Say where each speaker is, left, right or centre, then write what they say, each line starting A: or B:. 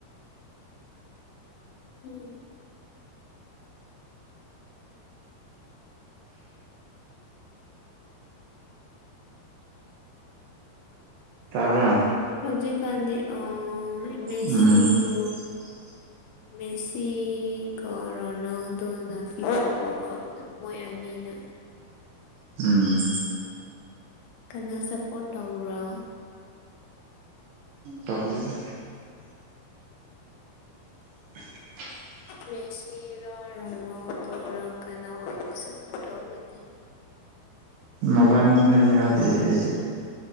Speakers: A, on the left (about 80°); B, on the right (about 70°).
A: ꯎꯝ
B: ꯇꯥꯕ꯭ꯔꯥ
A: ꯍꯧꯖꯤꯛꯀꯥꯟꯗꯤ ꯑꯥ ꯃꯦꯁꯤꯕꯨ
B: ꯎꯝ <inaudible>
A: ꯃꯦꯁꯤꯒ ꯔꯣꯅꯥꯜꯗꯣꯅ ꯐꯤꯐꯥ ꯋꯔꯜ ꯀꯞ ꯃꯣꯏ ꯑꯅꯤ ꯅ
B: ꯎꯝ
A: ꯀꯅꯥ ꯁꯞꯄꯣꯔꯠ ꯇꯧꯕ꯭ꯔꯣ
B: ꯇꯧꯗꯦꯗ <inaudible>
A: ꯃꯦꯁꯤꯔꯥ ꯔꯣꯅꯥꯜꯗꯣꯔꯥ ꯀꯅꯥ ꯑꯣꯏ ꯁꯄꯣꯔꯠ ꯇꯧꯒꯅꯤ
B: ꯃꯕꯥꯥꯅꯤꯗꯗꯤ ꯌꯥꯎꯗꯦ ꯑꯩꯗꯤ